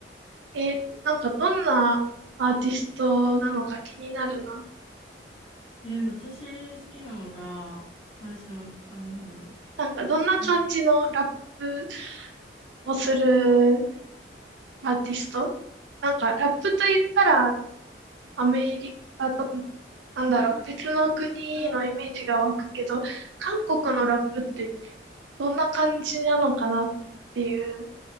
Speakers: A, on the right (about 85°); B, on the left (about 30°).
A: えーなんかどんなアーティストなのか気になるな。
B: えー私好きなのが、あ、しあ、なんだろ
A: うんなんかどんな感じのラップ
B: う。ま、
A: をするアーティストなんか、ラップと言ったら、アメリカとか、なんだろう、
B: あー、
A: 別の国のイメージが湧くけど、
B: うーん。
A: 韓国のラップってどんな感じなのかなっていう